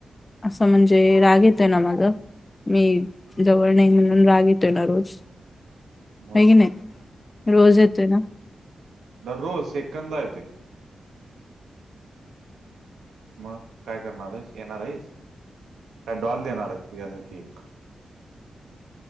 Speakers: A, on the left; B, on the right.
A: असं म्हणजे राग येत आहे ना मग मी जवळ नाही म्हणून राग येतोय ना रोज
B: मग
A: बगी नाही रोज येतो ना
B: दररोज सेकंदला येते मग काय करणार आहेस येणार आहेस काय डॉल देणार आहेस तुझ केक